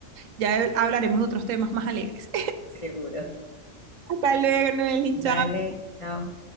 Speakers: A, on the right (about 75°); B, on the left (about 45°).
A: Ya hablaremos de otros temas más alegres.
B: seguro.
A: <laughs> Hasta luego, Noeli,
B: Vale,
A: chao.
B: chao.